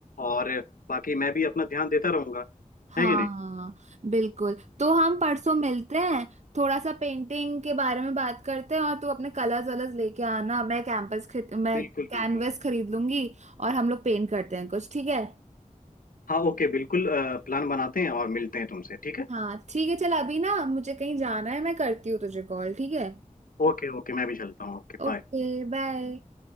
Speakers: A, on the left; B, on the right.
A: और बाकी मैं भी अपना ध्यान देता रहूंगा
B: हाँ
A: है कि नहीं
B: बिल्कुल तो हम परसों मिलते हैं थोड़ा सा पेंटिंग के बारे में बात करते हैं और तू अपने कलर्स वलर्स लेके आना मैं कैंपस खरीद मैं
A: बिल्कुल
B: कैनवस
A: बिल्कुल
B: खरीद लूंगी और हम लोग पेंट करते हैं कुछ ठीक है
A: हाँ ओके बिल्कुल प्लान बनाते हैं और मिलते हैं तुमसे ठीक है
B: हाँ ठीक है चल अभी ना मुझे कहीं जाना है मैं करती हूँ तुझे कॉल ठीक है
A: ओके ओके मैं भी चलता हूँ ओके बाय
B: ओके बाय